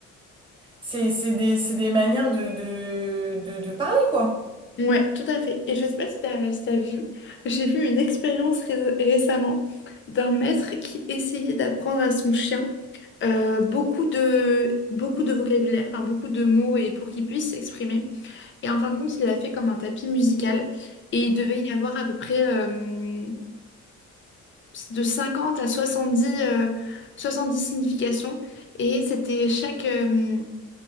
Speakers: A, on the right (about 15°); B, on the left (about 40°).
A: c'est c'est des c'est des manières de de de, de parler quoi
B: Ouais, tout à fait. Et je sais pas si t'as, si t'as vu, j'ai vu une expérience ré- récemment d'un maître qui essayait d'apprendre à son chien euh, beaucoup de, beaucoup de vocabulaire, enfin, beaucoup de mots et pour qu'il puisse s'exprimer. Et en fin de compte, il l'a fait comme un tapis musical et il devait y avoir à peu près euh, de 50 à 70, euh, 70 significations. Et c'était chaque, euh,